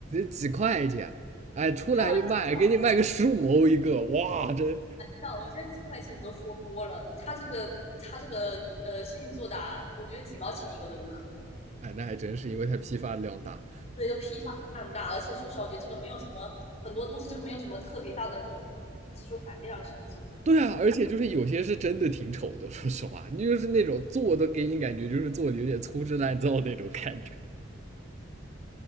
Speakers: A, on the right; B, on the left.
A: 几块钱，哎，出来一卖给你卖个十五欧一个，
B: 开玩笑，
A: 哇，真
B: 笑，我觉得几块钱你都说多了，他这个他这个呃生意做大，我觉得几毛钱一个都有可能。
A: 哎，那还真是因为它批发的量大。
B: 所以就批发量大，而且说实话，我觉得这个没有什么很多东西就没有什么特别大的呃技术含量，甚至
A: 对啊，而且就是有些是真的挺丑的，说实话，你就是那种做的给你感觉就是做的有点粗制滥造那种感觉，